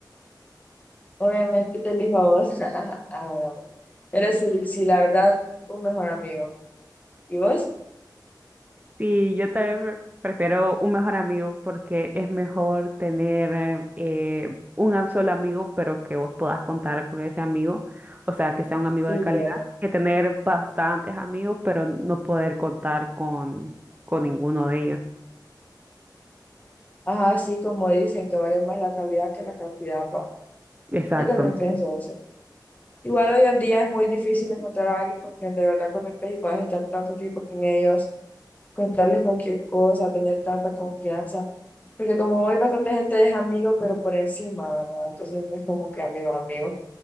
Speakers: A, on the left; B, on the right.
A: Obviamente te elijo a vos. <laughs> Ah, bravo. Pero sí, sí, la verdad, un mejor amigo. ¿Y vos?
B: Sí, yo también pre- prefiero un mejor amigo porque es mejor tener eh, un am- solo amigo, pero que vos puedas contar con ese amigo, o sea, que sea un amigo
A: Sí,
B: de calidad,
A: bueno.
B: que tener bastantes amigos, pero no poder contar con, con ninguno de ellos.
A: Ajá, sí, como dicen, que vale más la calidad que la cantidad, pa.
B: Exacto.
A: Yo también pienso eso. Igual hoy en día es muy difícil encontrar a alguien con quien de verdad conectes y puedas estar tanto tiempo con ellos, contarles cualquier cosa, tener tanta confianza. Porque como hoy bastante gente es amigo, pero por encima, ¿verdad? Entonces no es como que amigo, amigo.